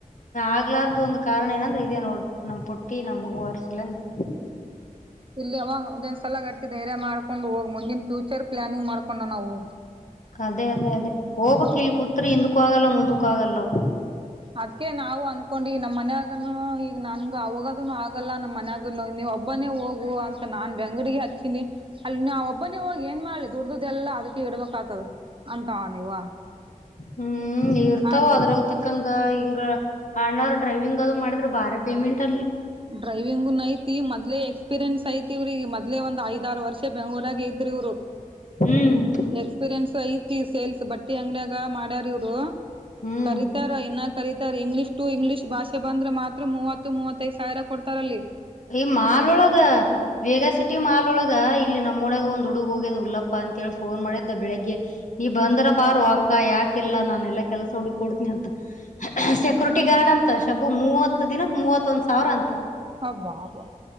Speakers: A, on the left (about 60°); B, on the right (about 40°).
A: ಆಗ್ಲಾರ್ದು ಒಂದ ಕಾರಣ ಏನಂದ್ರೆ ಇದೇ ನೋಡು ನಮ್ ಪುಟ್ಟಿ ನಮ್ಗುವರ್ಸಲಂದು
B: ಇಲ್ಲ ಒಂದೊಂದ್ ಸಲ ಗಟ್ಟ ಧೈರ್ಯ ಮಾಡಕೊಂಡು ಹೋಗ್ ಮುಂದಿನ ಫ್ಯೂಚರ್ ಪ್ಲಾನಿಂಗ್ಕೊಂಡ ನಾವು
A: ಅದೇ ಅದೇ ಅದೇ ಹೋಗಬಕ್
B: ಹ್ಮ್
A: ಇಲ್ ಕೂತ್ರಿ ಹಿಂದಕ್ಕೂ ಆಗಲ್ಲ ಮುಂದಕ್ಕೂ ಆಗಲ್ಲ
B: ಅದ್ಕ ನಾವು ಅನ್ಕೊಂಡು ನಮ್ಮ ಮನ್ಯಾಗನು ಈಗ ನನ್ ಅವಾಗದನು ಆಗಲ್ಲಾ ನಮ್ಮ ಮನ್ಯಾಗ ನೀ ಒಬ್ಬನೇ ಹೋಗು ಅಂತ ನಾನ್ ಬೆಂಗಡಿಗೆ ಹಚ್ಚಿನಿ ಅಲ್ಲಿ ನಾವ ಒಬ್ಬನ ಹೋಗಿ ಏನ್ ಮಾಡ್ಲಿ ದುಡ್ಡ್ದ್ದ ಎಲ್ಲಾ ಅದಕ್ಕೆ ಇಡ್ಬೇಕ ಆತದ ಅಂತಾವ ನೀವ
A: ಹ್ಮ್ ಇರ್ತಾವ
B: ಅದ್
A: ಅದ್ರವ ತಕ್ಕಂಗ ಹಿಂಗ ಅಣ್ಣಾರ ಡ್ರೈವಿಂಗ್ ಅದು್ ಮಾಡಿದ್ರೆ ಬಾರಿ ಪೇಮೆಂಟ್ ಅಲ್ಲಿ
B: ಡ್ರೈವಿಂಗ್ ಐತಿ ಮದ್ಲೆ ಎಕ್ಸ್ಪೀರಿಯನ್ಸ್ ಐತಿ ಇವ್ರಿಗೆ ಮೊದ್ಲೆ ಒಂದ ಐದಾರು ವರ್ಷ ಬೆಂಗಗಳೂಾಗ ಐತಿ
A: ಹ್ಮ್
B: ಎಕ್ಸ್ಪೀರಿಯನ್ಸ್ ಐತಿ ಸೇಲ್ಸ್ ಬಟ್ ಅಂಗಡಿಯಾಗ ಮಾಡ್ಯಾರ ಇವ್ರು
A: ಹ್ಮ್.
B: ಕರತಾರ ಇನ್ನಕ್ ಕರೀತಾರೆ ಇಂಗ್ಲೀಷ್ ಟು ಇಂಗ್ಲಿಷ್ ಭಾಷೆ ಬಂದ್ರೆ ಮಾತ್ರತ್ವತ್ತು ಮೂವತ್ತೈದ್ ಸಾವಿರ ಕೊಡ್ತಾರ ಅಲ್ಲಿ
A: ಈ ಮಾಲ್ೊಳಗ ಬೇಗ ಸಿಟಿ ಮಾಲ್ ಒಳಗ ಇಲ್ಲಿ ನಮ್ಮಡಾಗ ಒಂದ್ ಹುಡುಗ ಹೋಗ್ಯದ್ ಉಲ್ಲಪ್ಪ ಅಂತೇಳಿ ಫೋನ್ ಮಾಡಿದ್ದ ಬೆಳಿಗ್ಗೆ ನೀ ಬಂದ್ರ ಬಾರು ಅಕ್ಕ ಯಾಕೆಲ್ಲಾ ನಾನ ಎಲ್ಲಾ ಕೆಲ್ಸ ಹುಡುಕ್ ಕೊಡ್ತನಿ ಅಂತ ಸೆಕ್ಯೂರಿಟಿ
B: ಹ್ಮ್
A: ಗಾರ್ಡ್ ಅಂತ ಶಬ್ಬು ಮೂವತ್ ದಿನಕ್ ಮೂವತ್ತ ಒಂದ್ ಸಾವಿರ ಅಂತ
B: ಅವ್ವಾ ಅವ